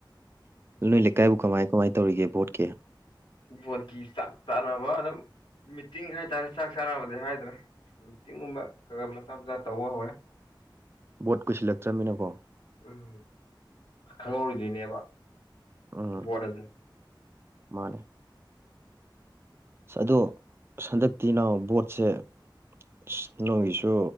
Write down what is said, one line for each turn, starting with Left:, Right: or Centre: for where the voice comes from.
Right: ꯅꯣꯏ ꯂꯩꯀꯥꯏꯕꯨ ꯀꯃꯥꯏ ꯀꯃꯥꯏꯅ ꯇꯧꯔꯤꯒꯦꯚꯣꯠꯀꯦ
Left: ꯕꯣꯠꯀꯤ ꯆꯥꯛ ꯆꯥꯅꯕ ꯑꯗꯨꯝ ꯃꯤꯇꯤꯡ ꯍꯥꯏꯇꯥꯔꯦ ꯆꯥꯛ ꯆꯥꯅꯕꯗꯤ ꯍꯥꯏꯗ꯭ꯔꯥ ꯃꯤꯇꯤꯡꯒꯨꯝꯕ ꯈꯔ ꯃꯆꯥ ꯃꯆꯥ ꯇꯧꯕ ꯍꯧꯔꯦ
Right: ꯕꯣꯠ ꯀꯨꯁꯤꯜꯂꯛꯇ꯭ꯔꯕꯃꯤꯅꯀꯣ
Left: ꯎꯝ ꯈꯪꯍꯧꯔꯤꯗꯣꯏꯅꯦꯕ
Right: ꯎꯝ
Left: ꯕꯣꯠ ꯑꯁꯦ
Right: ꯃꯥꯅꯦ ꯑꯗꯣ ꯍꯟꯗꯛꯇꯤꯅ ꯚꯣꯠꯁꯦ ꯑꯁ ꯅꯣꯏꯒꯤꯁꯨ